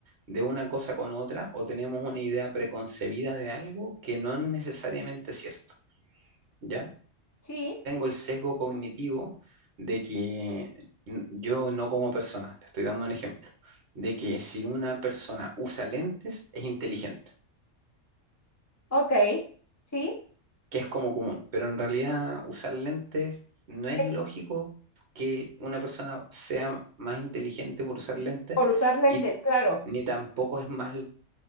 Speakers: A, on the right; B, on the left.
A: de una cosa con otra o tenemos una idea preconcebida de algo que no es necesariamente cierto, ¿ya?
B: Sí,
A: Tengo el sesgo cognitivo de que n- yo no como persona, te estoy dando un ejemplo, de que si una persona usa lentes es inteligente.
B: ok, sí.
A: que es como común, pero en realidad usar lentes no es
B: Es
A: lógico que una persona sea más inteligente por usar lentes
B: Por usar lentes,
A: y
B: claro.
A: ni tampoco es más l-